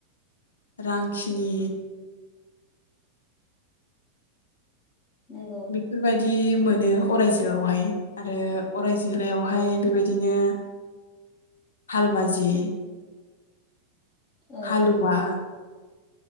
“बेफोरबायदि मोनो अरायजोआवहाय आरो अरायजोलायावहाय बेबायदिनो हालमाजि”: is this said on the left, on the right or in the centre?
Left